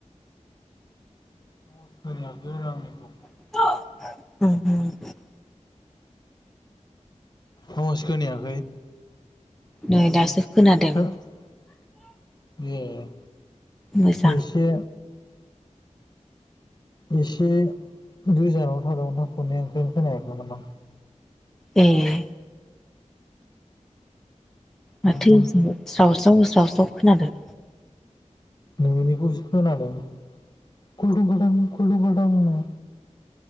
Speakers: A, on the left; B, in the centre.
A: आवाज खोनायाखै आंनिखौ
B: <inaudible> उम उम
A: आवास खोनाखै?
B: नै दासो खोनादों
A: <unintelligible> ए
B: मोजां
A: एसे एसे गोजानाव थादावना फन <unintelligible> ओंखायनो खोनायाखैमोन दां।
B: ए माथो
A: एकदम
B: जावज्राव जावज्राव खोनादों।
A: नोंनिखौसो खोनादों कुलटुं कुलटांनो